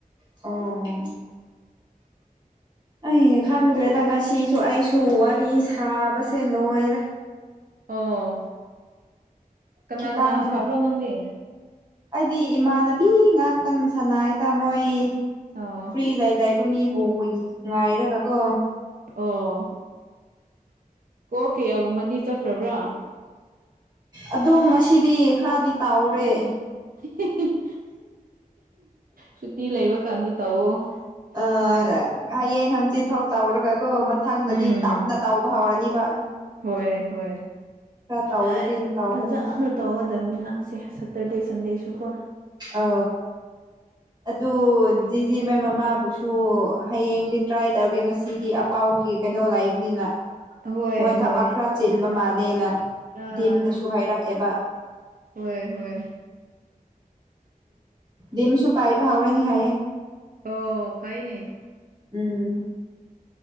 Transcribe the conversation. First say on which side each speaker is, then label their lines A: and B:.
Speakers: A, on the right; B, on the right.
A: ꯑꯣ ꯑꯩ ꯈꯪꯗ꯭ꯔꯦꯗ ꯉꯁꯤꯁꯨ ꯑꯩꯁꯨ ꯋꯥꯔꯤ ꯁꯥꯕꯁꯦ ꯂꯣꯏꯔꯦ
B: ꯑꯣ ꯀꯅꯥ
A: ꯈꯤꯇꯪ
B: ꯀꯅꯥ ꯁꯥꯕ꯭ꯔꯣ ꯅꯪꯗꯤ
A: ꯑꯩꯗꯤ ꯏꯃꯥꯟꯅꯕꯤ ꯉꯥꯛꯇꯪ ꯁꯥꯅꯩꯗ ꯃꯣꯏ
B: ꯑꯣ
A: ꯐ꯭ꯔꯤ ꯂꯩ ꯂꯩꯕꯃꯤꯕꯨ ꯉꯥꯏꯔꯒ ꯀꯣ
B: ꯑꯣ ꯀꯣꯜ ꯀꯌꯥꯒꯨꯝꯕꯗꯤ ꯆꯠꯈ꯭ꯔꯕ꯭ꯔꯥ
A: ꯑꯗꯨꯝ ꯉꯁꯤꯗꯤ ꯈꯔꯗꯤ ꯇꯥꯎꯔꯦ
B: ꯍꯤꯍꯤ ꯁꯨꯇꯤ ꯂꯩꯕ ꯀꯥꯟꯗ ꯇꯧꯑꯣ
A: ꯑꯥ
B: ꯅꯪ
A: ꯍꯌꯦꯡ ꯍꯪꯆꯤꯠ ꯐꯥꯎ ꯇꯧꯔꯒꯀꯣ ꯃꯊꯪꯗꯗꯤ
B: ꯎꯝ
A: ꯇꯞꯅ ꯇꯧꯕ ꯍꯧꯔꯅꯤꯕ
B: ꯍꯣꯏ ꯍꯣꯏ
A: ꯈꯔ ꯇꯧꯔꯒꯦꯅ
B: ꯑꯩ
A: ꯇꯧꯕꯅꯤ
B: ꯐꯖꯅ ꯇꯧꯒꯗꯕꯅꯤ ꯅꯪꯁꯦ ꯁꯇꯔꯗꯦ ꯁꯟꯗꯦꯁꯨꯀꯣ
A: ꯑ ꯑꯗꯨ ꯖꯤꯖꯤ ꯃꯥꯏ ꯃꯃꯥꯕꯨꯁꯨ ꯍꯌꯦꯡꯗꯤ ꯇ꯭ꯔꯥꯏ ꯇꯧꯒꯦ ꯉꯁꯤꯗꯤ ꯑꯄꯥꯎꯒꯤ ꯀꯩꯅꯣ ꯂꯩꯕꯅꯤꯅ
B: ꯍꯣꯏ
A: ꯃꯣꯏ ꯊꯕꯛ
B: ꯍꯣꯏ
A: ꯈꯔ ꯆꯤꯟꯕ ꯃꯥꯜꯂꯦꯅ
B: ꯑꯥ
A: ꯗꯤꯝꯅꯁꯨ ꯍꯥꯏꯔꯛꯑꯦꯕ
B: ꯍꯣꯏ ꯍꯣꯏ
A: ꯗꯤꯝꯁꯨꯨ ꯄꯥꯏꯕ ꯍꯧꯔꯅꯤ ꯍꯥꯏꯌꯦ
B: ꯑꯣ ꯐꯩꯅꯦ
A: ꯎꯝ